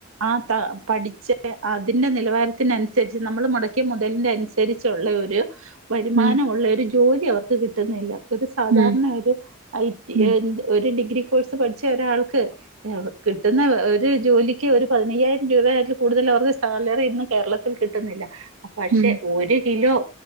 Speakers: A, on the right; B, on the right.
A: ആ ത പഠിച്ച അതിന്റെ നിലവാരത്തിനൻസരിച്ച് നമ്മൾ മൊടക്കിയ മൊതലിന്റെ അൻസ് രിച്ചുള്ള ഒരു വരുമാനമുള്ള
B: ഉം
A: ഒരു ജോലി അവർക്ക് കിട്ടുന്നില്ല. ഒരു സാധാരണ
B: ഉം
A: ഒരു ഐ ടി
B: ഉം
A: എന്ത് ഒരു ഡിഗ്രി കോഴ്സ് പഠിച്ച ഒരാൾക്ക് ഏ ഹ് കിട്ടുന്ന ഒരു ജോലിക്ക് ഒരു പതിനയ്യായിരം രൂപ ഏറ്റ കൂടുതൽ അവർക്ക് സാലറി ഇന്ന് കേരളത്തിൽ കിട്ടുന്നില്ല അ പക്ഷെ
B: ഉം ഉം
A: ഒരു കിലോ